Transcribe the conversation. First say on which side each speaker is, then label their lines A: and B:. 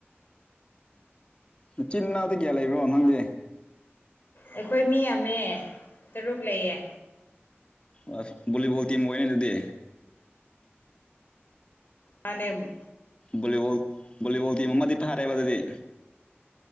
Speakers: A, on the left; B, on the left.
A: ꯏꯆꯤꯟꯅꯥꯎꯗꯤ ꯀꯌꯥ ꯂꯩꯕ꯭ꯔꯣ ꯅꯪꯗꯤ꯫
B: ꯑꯩꯈꯣꯏ ꯃꯤ ꯌꯥꯝꯃꯦ ꯇꯔꯨꯛ ꯂꯩꯌꯦ꯫
A: ꯑꯣ ꯕꯣꯂꯤꯕꯣꯜ ꯇꯤꯝ ꯑꯣꯏꯌꯦ ꯑꯗꯨꯗꯤ꯫
B: ꯃꯥꯅꯦꯝ꯫
A: ꯕꯣꯂꯤꯕꯣꯜ ꯕꯣꯂꯤꯕꯣꯜ ꯇꯤꯝ ꯑꯃꯗꯤ ꯐꯥꯔꯦꯕ ꯑꯗꯨꯗꯤ꯫